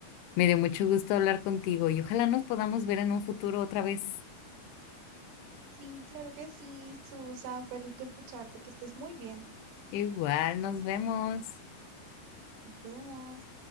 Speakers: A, on the left (about 80°); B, on the right (about 85°).
A: Me dio mucho gusto hablar contigo y ojalá nos podamos ver en un futuro otra vez.
B: Sí, claro que sí, Susan. Fue rico escucharte. Que estés muy bien.
A: Igual, nos vemos.
B: Nos vemos.